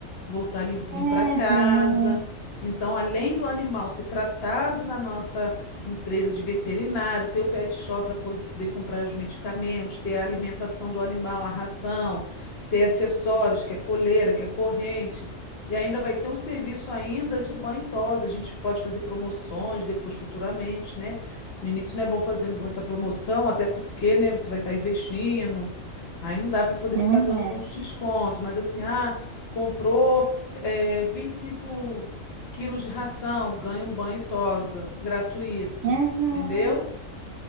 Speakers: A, on the left; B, on the right.
A: Voltar limpinho
B: uhum,
A: para casa. Então, além do animal ser tratado na nossa empresa de veterinário, ter o pet shop para poder comprar os medicamentos, ter a alimentação do animal, a ração, ter acessórios, que é coleira, que é corrente, e ainda vai ter um serviço ainda de banho e tosa. A gente pode fazer promoções depois futuramente, né? No início não é bom fazer muita promoção, até porque, né, você vai estar investindo. Aí não dá para poder
B: uhum,
A: ficar dando um monte de desconto, mas assim, ah, comprou eh, 25 quilos de ração, ganha um banho e tosa, gratuito,
B: uhum.
A: entendeu?